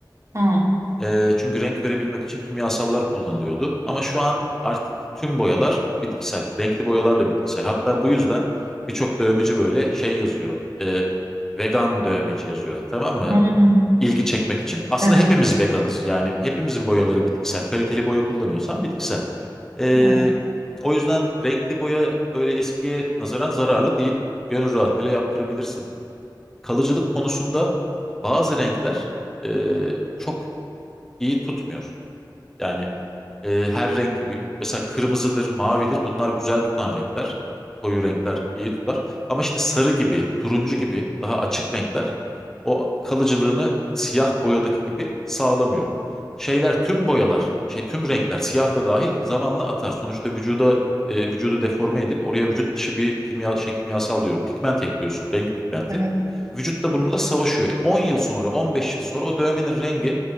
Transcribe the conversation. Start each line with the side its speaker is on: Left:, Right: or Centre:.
Right: Hmm.
Centre: Ee, çünkü renk verebilmek için kimyasallar kullanılıyordu. Ama şu an artık tüm boyalar bitkisel. Renkli boyalar da bitkisel. Hatta bu yüzden birçok dövmeci böyle şey yazıyor. e, vegan dövmeci yazıyor. Tamam mı?
Right: Hmm.
Centre: İlgi çekmek için. Aslında
Right: Evet.
Centre: hepimiz veganız. Yani hepimizin boyaları bitkisel. Kaliteli boya kullanıyorsan bitkisel. Ee,
Right: Yani
Centre: o yüzden renkli boya öyle eskiye nazaran zararlı değil. Gönül rahatlığıyla yaptırabilirsin. Kalıcılık konusunda bazı renkler e, çok iyi tutmuyor. Yani e, her renk gibi mesela kırmızıdır, mavidir. Bunlar güzel tutan renkler. Koyu renkler iyi tutar. Ama işte sarı gibi, turuncu gibi daha açık renkler o kalıcılığını siyah boyadaki gibi sağlamıyor. Şeyler tüm boyalar, şey tüm renkler siyah da dahil zamanla atar. Sonuçta vücuda e, vücudu deforme edip oraya vücut dışı bir kimya şey kimyasal diyorum. Pigment ekliyorsun, renk pigmenti.
Right: evet.
Centre: Vücut da bununla savaşıyor. E, 10 yıl sonra, 15 yıl sonra o dövmenin rengi